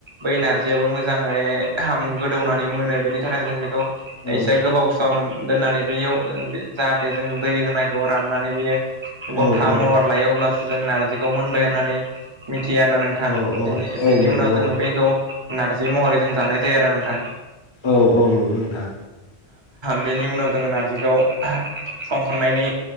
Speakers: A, on the right (about 35°); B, on the left (about 35°).
A: बै नारजियाबो मोजा मोजाङै गोदौनानै मोनो बेनि थाखायनो जों बेखौ
B: औ
A: एसे गोबाव सम दोननानै बेयाव जाहाथे जों दै होनांगौ राननानै बेयो गथा
B: औ औ
A: महर लायो अब्लासो जों नारजिखौ मोनबाय होननानै मिथियो आरोना नोंथां।
B: औ औ
A: बेनि
B: औ
A: बेनि
B: नंगौ
A: उनाव जोङो बैखौ नारजि महरै जों जानाय जायो आरो नोंथां।
B: औ औ नंगौ नोंथां।
A: बेनि उनाव जोङो नारजिखौ संखांनायनि